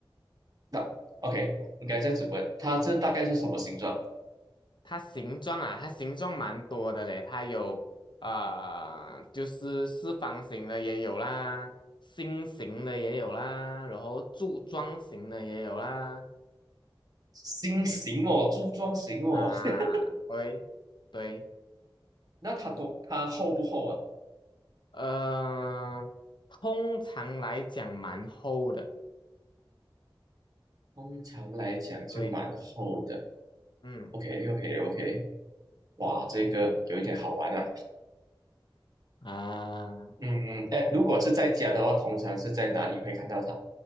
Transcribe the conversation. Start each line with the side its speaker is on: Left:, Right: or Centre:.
Right: 那 OK，应该这样子问，他这大概是什么形状？
Left: 它形状啊，它形状蛮多的嘞，它有啊，就是四方形的也有啦，心形的也有啦，然后柱状形的也有啦，
Right: 心形哦，柱状形哦。
Left: 啊，
Right: <laughs>
Left: 喂，对，
Right: 那它多它厚不厚啊？
Left: 呃，通常来讲蛮厚的，
Right: 通常来讲就蛮厚的。
Left: 对，嗯
Right: OK OK OK，哇，这个有一点好玩啊。
Left: 啊。
Right: 嗯嗯，哎，如果是在家的话，通常是在哪里会看到它？